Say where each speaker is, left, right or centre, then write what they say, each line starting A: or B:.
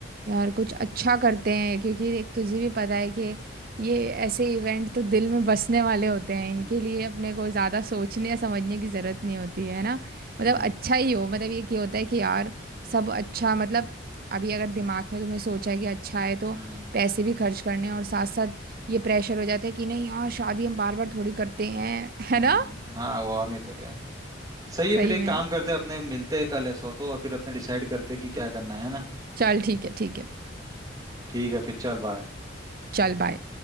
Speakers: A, on the right (about 45°); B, on the right (about 20°).
A: यार कुछ अच्छा करते हैं क्योंकि एक तुझे भी पता है कि ये ऐसे इवेंट तो दिल में बसने वाले होते
B: हम्म
A: हैं इनके लिए अपने को ज़्यादा सोचने या समझने की ज़रूरत नहीं होती है ना
B: हम्म
A: मतलब अच्छा ही हो मतलब ये क्या होता है कि यार सब अच्छा मतलब अभी अगर दिमाग में तुमने सोचा है कि अच्छा है तो
B: हम्म
A: पैसे भी खर्च करने हैं और साथ साथ ये प्रेशर हो जाता है कि नहीं यार शादी हम बार बार थोड़ी करते हैं <laughs>
B: हम्म,
A: है ना
B: हाँ वो और नहीं तो क्या सही है
A: सही
B: फिर एक
A: में
B: काम करते हैं अपने मिलते हैं कल ऐसा हो तो और फिर अपने डिसाइड करते हैं कि क्या करना है ना
A: चल ठीक है ठीक है
B: ठीक है फिर चल बाय
A: चल बाय